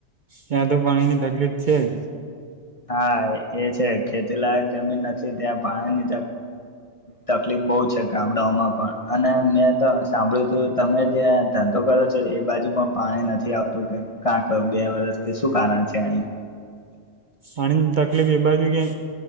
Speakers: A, on the right (about 50°); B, on the left (about 35°).
A: ત્યાં તો પાણીની તકલીફ છે જ.
B: હા એ છે ખેતીલાયક જમીન નથી ત્યાં પાણીની તકલીફ બહુ છે, ગામડાઓમાં પણ અને મેં તો સાંભળ્યું તું તમે જે ધંધો કરો છો એ બાજુ પણ પાણી નથી આવતું કે ક્યાંક બે વર્ષથી શું કારણ છે એનું?
A: પાણીની તકલીફ એ બાજુ કે